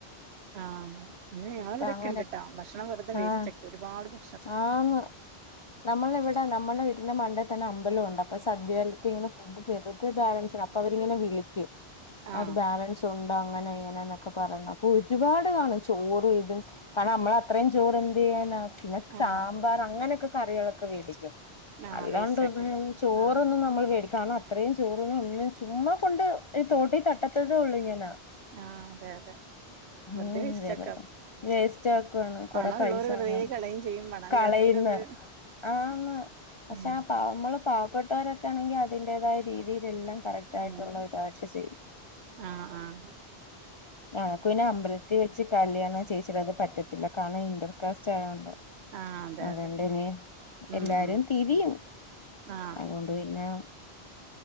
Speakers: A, on the right; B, on the left.
A: ആഹ് ന്ന് ഞാൻ
B: ഇപ്പ
A: വ്ട നിക്ക്ണ്ട്ട്ടോ
B: അങ്ങനെ
A: ഭക്ഷണം വെറുതെ വേസ്റ്റ
B: ആഹ്
A: ഒരുപാട് ഭ
B: ആന്ന് നമ്മളെ വെ ടെ നമ്മളെ വീട്ടിന്റെ മണ്ടേൽ തന്നെ അമ്പലം ഉണ്ട് അപ്പൊ സദ്യ കാലത്ത് ഇങ്ങനെ ഫുഡ് വെറുതെ ബാലൻസ് അപ്പൊ അവരിങ്ങനെ വിളിക്കും
A: ആഹ്
B: അത് ബാലൻസ് ഉണ്ട് അങ്ങനെ ഇങ്ങനെന്നൊക്കെ പറഞ്ഞ്. ഒരുപാട് കാണും ചോറും ഇതു കാരണം നമ്മള് അത്രേയും ചോറ് എന്ത് ചെയ്യാനാ പിന്നെ സാ
A: ആഹ്
B: <unintelligible> അങ്ങനൊക്കെ കറികളൊക്കെ വേടിക്കും
A: ആഹ്
B: അല്ലാണ്ടൊന്ന്
A: വേസ്റ്റ് ആക്കും
B: ചോറൊന്നും
A: ആഹ്
B: നമ്മൾ വേടിക്കാന് ഇത്രയും ചോറൊന്നും ഒന്നും ചുമ്മാ കൊണ്ട് ഈ തോട്ടി തട്ടത്തതേ ഉള്ളൂ ഞാൻ.
A: ആഹ് അതെ അതെ വെർതെ
B: ഉം
A: വേസ്റ്റാക്ക
B: വെറുതെ വേസ്റ്റ് ആക്കുവാണ് കൊറെ
A: പണള്ളോര്
B: പൈസ
A: വെർതെ
B: അങ്ങനെ
A: കളയും ചെയ്യും പണം
B: കളയുന്ന്
A: ഇല്ലാത്തോരത്
B: ആന്ന് പക്ഷെ
A: ഉം
B: ആ പാവ മ്മള് പാവപ്പെട്ടവരൊ ക്കെ ആണെങ്കിൽ അതിന്റേതായ രീതിൽ എല്ലാം കറക്റ്റായിട്ടുള്ള
A: ഉം
B: ഒരു <unintelligible> ചെയ്യും
A: ആഹ് ആഹ്
B: ആഹ് പിന്നെ അമ്പലത്തി വെച്ച് കല്യാണം ചേച്ചിടത് പറ്റത്തില്ല കാരണം ഇന്റർകാസ്റ്റ് ആയൊണ്ട്.
A: ആഹ് അതെ
B: അതോണ്ടെന്നി
A: അതെ ഉം
B: എല്ലാരും
A: ഉം
B: തിരിയും.
A: ആഹ്
B: അതുകൊണ്ട് പിന്നെ